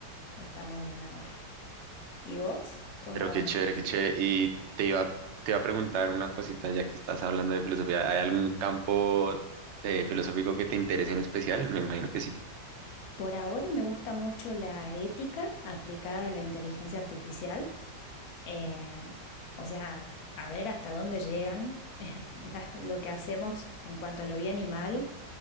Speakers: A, on the left; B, on the right.
A: estamos bien ahora. ¿Y vos? ¿Cómo?
B: Pero qué chévere, qué chévere. Y te iba, te iba a preguntar una cosita, ya que estás hablando de filosofía. ¿Hay algún
A: Sí.
B: campo eh, filosófico que te interese en especial? Me imagino que sí.
A: Por ahora me gusta mucho la ética aplicada a la inteligencia artificial. Eh, o sea, a ver hasta dónde llegan <laughs> la- lo que hacemos en cuanto a lo bien y mal